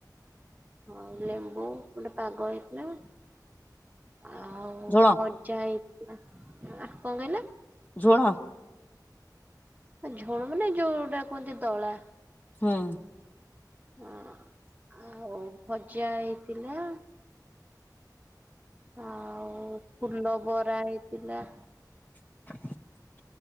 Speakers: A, on the right; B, on the left.
A: ହଁ ଲେମ୍ବୁ ଗୋଟେ ପାଗ ହେଇଥିଲା ଆଉ
B: ଝୋଳ
A: ଚା ହେଇଥିଲା କଣ କହିଲ?
B: ଝୁଣ।
A: ଝୋଳ ମାନେ ଯୋଉଟା କୁହନ୍ତି ଦଳା।
B: ହଁ।
A: ହଁ ଆଉ ଭଜା ହେଇଥିଲା। ଆଉ ଫୁଲ ବରା ହେଇଥିଲା।
B: ହ <inaudible>